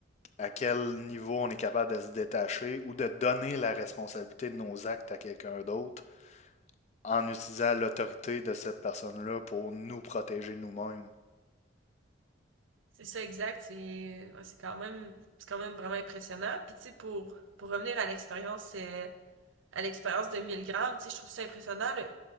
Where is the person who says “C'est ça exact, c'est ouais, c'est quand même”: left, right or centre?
Right